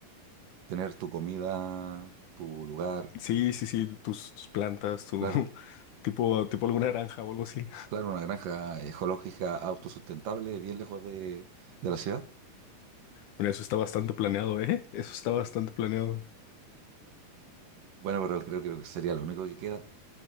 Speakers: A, on the right; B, on the left.
A: Tener tu comida, tu lugar,
B: Sí, sí, sí, tus, tus plantas, tu
A: claro.
B: <laughs> tipo, tipo alguna granja o algo así.
A: Claro, una granja ecológica autosustentable bien lejos de, de la ciudad.
B: Bueno, eso está bastante planeado, ¿eh? Eso está bastante planeado.
A: Bueno, pero creo, creo que sería lo único que queda.